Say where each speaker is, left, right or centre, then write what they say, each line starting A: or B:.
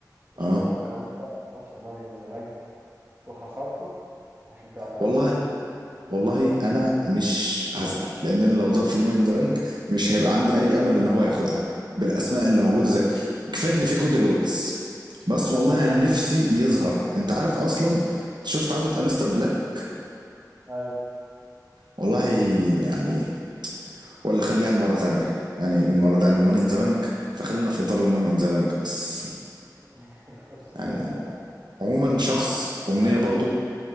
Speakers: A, on the right; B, on the right.
A: ظهور
B: اه
A: ناكامورا في ماتش ماني إن ذا بانك وخسرته عشان تبقى اتعشمت
B: والله
A: على الفاضي
B: والله انا مش هزعل لان انا لو ظهر في الماني ان ذا بانك مش هيبقى
A: <laughs>
B: عندي اي امل ان هو ياخدها بالاسماء اللي موجوده زي كفايه ان في كودي رودز بس
A: أيوه
B: والله انا نفسي يظهر انت عارف اصلا شفت عوده الستر بلاك
A: أيوه
B: والله يعني ولا خليها المرة تانية يعني النهارده عن الماني ان ذا بانك فخلينا في اطار الماني ان ذا بانك بس
A: <laughs> خلصانة
B: يعني
A: يا عم
B: عموما شخص امنية برضو